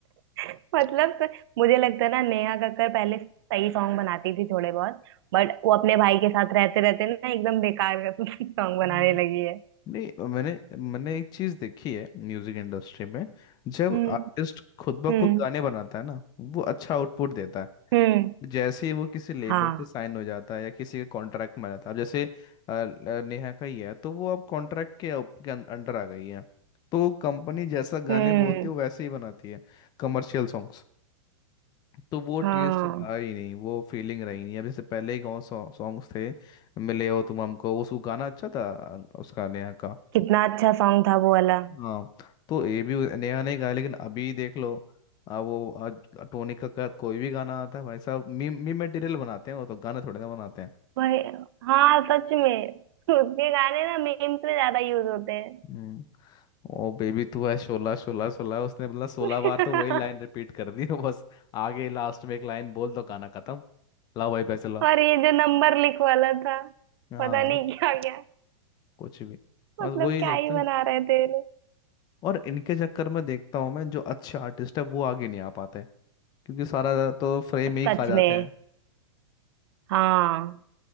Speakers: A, on the right (about 55°); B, on the left (about 25°).
A: <laughs> मतलब तो मुझे लगता है ना नेहा कक्कर पहले सही सॉन्ग बनाती थी थोड़े बहुत बट वो अपने भाई के साथ रहते रहते ना एकदम बेकार <laughs> सॉन्ग बनाने
B: हम्म।
A: लगी है
B: नहीं मैंने मैंने एक चीज देखी है म्यूजिक इंडस्ट्री में जब
A: हम्म
B: आर्टिस्ट खुद ब
A: हम्म
B: खुद गाने बनाता है ना वो अच्छा आउटपुट देता है
A: हम्म
B: जैसे ही वो किसी लेबर
A: हाँ
B: से साइन हो जाता है या किसी के कॉन्ट्रैक्ट में आ जाता है अब जैसे अ, ल- नेहा का ही है तो वो अब कॉन्ट्रैक्ट के अंडर आ गई है तो कंपनी जैसा गाने
A: हम्म
B: बोलती है वो वैसे ही बनाती है Commercial songs तो वो टेस्ट
A: हाँ
B: रहा ही नहीं वो फीलिंग रही नहीं अब जैसे पहले ही गाँव सॉन्ग्स थे मिले हो तुम हमको उस वो गाना अच्छा था अ, उसका नेहा का
A: कितना अच्छा सॉन्ग था वो वाला
B: हाँ तो ये भी नेहा ने गाया लेकिन अभी देख लो आ वो आज टोनी कक्कड़ कोई भी गाना आता है भाई साहब मीम मीम मटेरियल बनाते हैं वो तो गाना थोड़े ना बनाते हैं
A: वही हाँ सच में उसके गाने ना मीम्स में ज्यादा यूज होते हैं
B: हम्म, ओ बेबी तू है शोला शोला शोला उसने मतलब सोलह
A: <laughs>
B: बार तो वही लाइन रिपीट कर दी <laughs> बस आगे लास्ट में एक लाइन बोल दो गाना खत्म लाओ भाई पैसे लाओ
A: और ये जो नंबर लिख वाला था
B: हाँ
A: पता नहीं क्या क्या
B: कुछ भी
A: मतलब
B: बस वही
A: क्या
B: देखते
A: ही बना
B: हैं
A: रहे थे ये लोग
B: और इनके चक्कर में देखता हूँ मैं जो अच्छे आर्टिस्ट है वो आगे नहीं आ पाते क्योंकि सारा तो फ्रेम ही
A: सच
B: खा जाते
A: में
B: हैं
A: हाँ